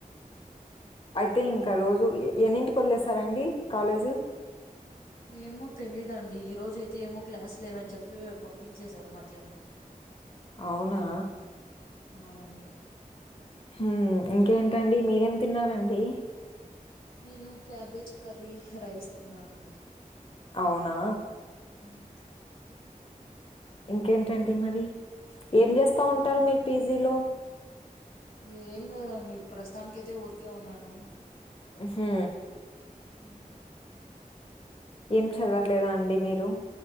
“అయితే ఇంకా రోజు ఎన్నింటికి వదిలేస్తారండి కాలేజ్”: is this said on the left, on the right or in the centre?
Left